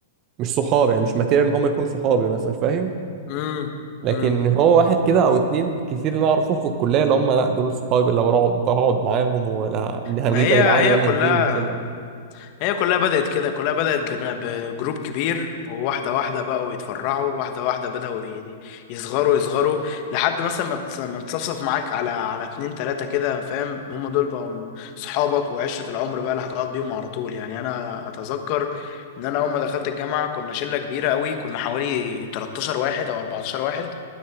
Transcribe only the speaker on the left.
امم
امم
ما هي
هي
كلها
هي كلها بدأت كده كلها بدأت بنا- بجروب كبير وواحدة واحدة بقوا يتفرعوا واحدة واحدة بدأوا ي- يعني يصغروا يصغروا لحد مثلا ما تس- ما تصفصف معاك على على اتنين تلاتة كده فاهم هم دول بقوا م- صحابك وعشرة العمر بقى اللي هتقعد بيهم على طول يعني أنا أتذكر إن أنا أول ما دخلت الجامعة كنا شلة كبيرة قوي كنا حوالي 13 واحد أو 14 واحد